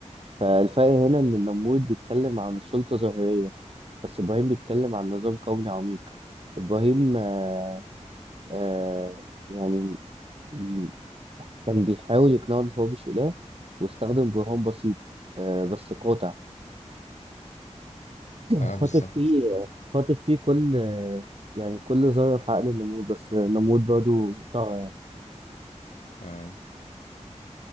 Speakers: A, on the right; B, on the left.
A: فالفرق هنا إن النمرود بيتكلم عن سلطة ظاهرية بس إبراهيم بيتكلم عن نظام كوني عميق إبراهيم آه آه يعني م- كان بيحاول يقنعه إن هو مش إله واستخدم برهان بسيط آه بس قاطع
B: اه
A: خاطف
B: بالظبط
A: فيه خاطف فيه كل يعني كل ذرة في عقل النمود بس النمود برضه طغى يعني
B: اه